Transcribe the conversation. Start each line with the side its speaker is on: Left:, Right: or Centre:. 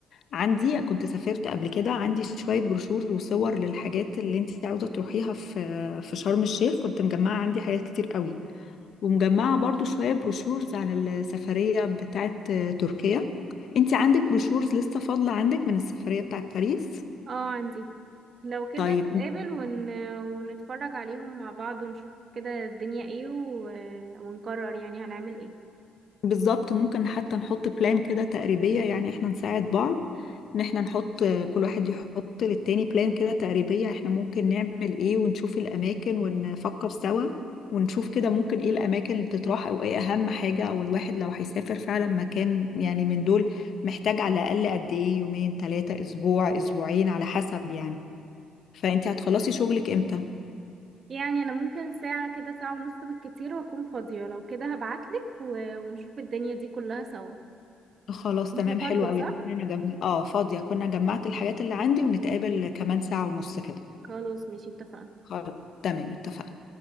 Left: عندي كنت سافرت قبل كده عندي شويه بروشور وصور للحاجات اللي انتي عاوزه تروحيها في في شرم الشيخ كنت مجمعه عندي حاجات كتير قوي ومجمعه برضو شويه بروشورز عن السفريه بتاعه تركيا انتي عندك بروشورز لسه فاضله عندك من السفريه بتاعه باريس
Right: اه عندي لو كده
Left: طيب
Right: نتقابل ون... ونتفرج عليهم مع بعض ونشوف كده الدنيا ايه و... ونقرر يعني هنعمل ايه
Left: بالظبط ممكن حتى نحط بلان كده تقريبية يعني احنا نساعد بعض ان احنا نحط كل واحد يحط للتاني بلان كده تقريبية احنا ممكن نعمل ايه ونشوف الاماكن ونفكر سوا ونشوف كده ممكن ايه الاماكن اللي تطرح او ايه اهم حاجة او الواحد لو هيسافر فعلا مكان يعني من دول محتاج على الاقل قد ايه يومين ثلاثة اسبوع اسبوعين على حسب يعني فانت هتخلصي شغلك امتى؟
Right: يعني انا ممكن ساعة كده ساعة ونص بالكتير واكون فاضية لو كده هبعتلك و... ونشوف الدنيا دي كلها سوا
Left: خلاص
Right: انتي
Left: تمام حلو
Right: فاضية
Left: قوي
Right: صح؟
Left: كنا جم... اه فاضية كنا جمعت الحاجات اللي عندي ونتقابل كمان ساعة ونص كده
Right: خلاص ماشي اتفقنا
Left: خلاص تمام اتفقنا